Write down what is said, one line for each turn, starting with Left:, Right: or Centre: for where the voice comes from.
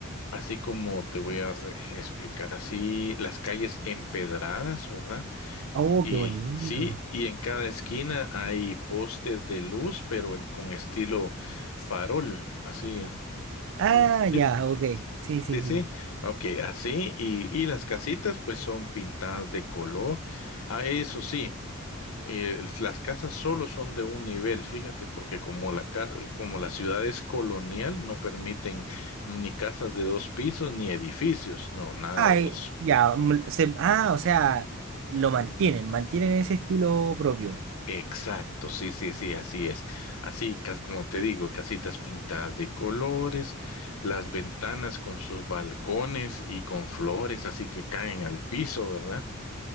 Left: así como te voy a re- explicar, así las calles empedradas, ¿verdad?
Right: Oh,
Left: Y
Right: qué bonito.
Left: sí, y en cada esquina hay postes de luz, pero en- con estilo farol, así.
Right: Ah,
Left: mm,
Right: ya,
Left: Sí,
Right: ok. Sí, sí,
Left: sí, sí,
Right: sí.
Left: ok, así, y, y las casitas pues son pintadas de color, ah, eso sí eh, las casas solo son de un nivel, fíjate, porque como la casa, como la ciudad es colonial, no permiten ni casas de dos pisos ni edificios, no, nada
Right: Ah,
Left: de
Right: eh,
Left: eso.
Right: ya. mm, se- ah, o sea, lo mantienen, mantienen ese estilo propio.
Left: Exacto, sí, sí, sí, así es. Así, cas- como te digo, casitas pintadas de colores, las ventanas con sus balcones y con flores, así que caen al piso, ¿verdad?